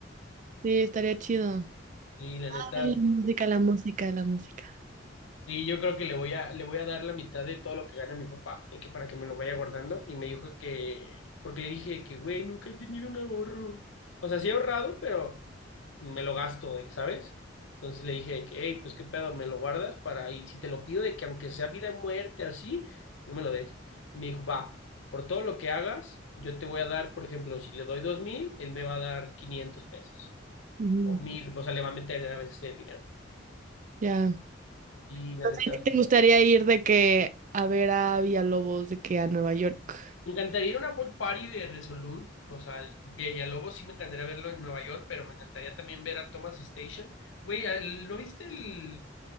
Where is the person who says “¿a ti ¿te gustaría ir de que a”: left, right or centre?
Right